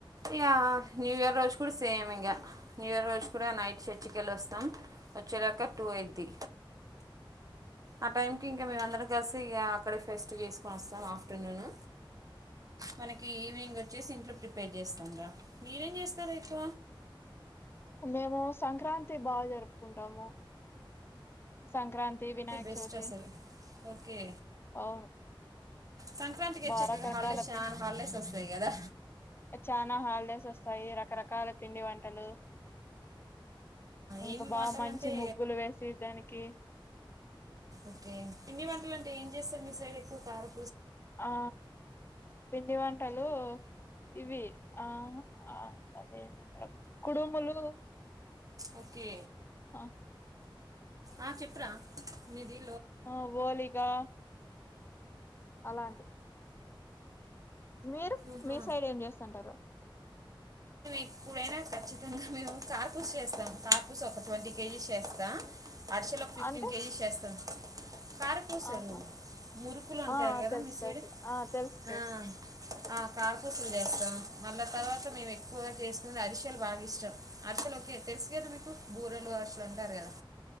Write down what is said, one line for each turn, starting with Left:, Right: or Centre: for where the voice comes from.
Right: యా న్యూ ఇయర్ రోజు కూడా సేమ్ ఇంగ న్యూ ఇయర్ రోజు కూడా నైట్ చర్చ కెళ్ళి వస్తాం వచ్చే లోక టూ వైర్ తీ ఆ టైమ్ కి ఇంక మేము అందరం కలిసి ఇగ అక్కడే ఫెస్ట్ చేస్కొని వస్తాం ఆఫ్టర్నూను. మనకి ఈవినింగ్ వచ్చేసి ఇంట్లో ప్రిపేర్ చేస్తాం రా మీరేం చేస్తారు ఇట్లో
Left: మేము సంక్రాంతి బాగా జరుపుకుంటాము సంక్రాంతి వినాయకచవితి.
Right: బెస్ట్ అసలు ఓకే
Left: అవును
Right: సంక్రాంతికె
Left: బా
Right: చక్కగా
Left: రకరకాల
Right: హాల్డేస్ చాన
Left: పి
Right: హాల్ డేస్ వస్తాయ్ కదా.
Left: చానా హాల్ డేస్ వస్తాయి రకరకాల పిండి వంటలు. ఇంగ
Right: ఏమి
Left: బా
Right: వంటలు
Left: మంచి
Right: అంటే
Left: ముగ్గులు వేసి దానికి.
Right: ఓకే పిండి వంటలు అంటే ఏం చేస్తారు మీ సైడ్ ఎక్కువ కారం.
Left: ఆ.. పిండి వన్ టలు ఇవి ఆ.. ఆ ఎదంటావ్ కుడుములు
Right: ఓకే
Left: హ
Right: ఆ చెప్పురా నీది
Left: ఆ... ఓలీకా అలాంటి మీరు
Right: ఆహా
Left: మీ సైడ్ ఏం జేస్తుంటరు.
Right: ఇప్పుడైనా ఖచ్చితంగా మేము కార్పూస చేస్తాం కార్పుస ఒక ట్వంటీ కేజీస్ చేస్తా. అరసెలు ఒక ఫిఫ్టీన్
Left: అంటే
Right: కేజీస్ చేస్తాం. కారపూసలు
Left: ఆహా
Right: మురుకులు అంటారు
Left: ఆ
Right: కదా
Left: తెల్స్
Right: మీ సైడ్
Left: తెల్స్ లుట ఆ తెల్స్ తెల్స్.
Right: ఆ, ఆ కార్పుసలు జేస్తాం మళ్ళ తర్వాత మేమే. ఒకరు జేస్కున అరిశలు బాగా ఇష్టం అరిసెలు ఒకే తెలుసు కదా మీకు బూరెలు అరుస్లు అంటారు కదా.